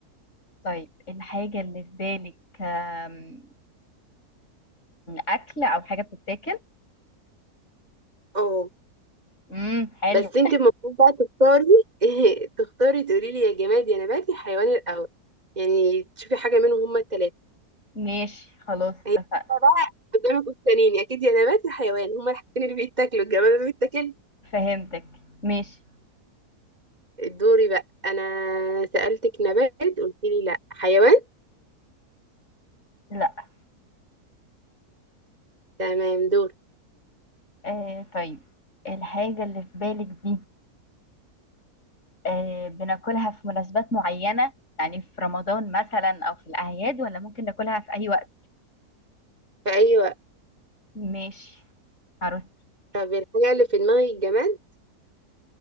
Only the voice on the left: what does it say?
طيب الحاجة اللي في بالك آم، أكل أو حاجة بتتاكل
امم حلو
ماشي خلاص
اتفقنا
فهمتك ماشي
لا
آه طيب الحاجة اللي في بالك دي آه بناكلها في مناسبات معينة يعني في رمضان مثلا أو في الأعياد ولا ممكن ناكلها في أي وقت
ماشي عرفت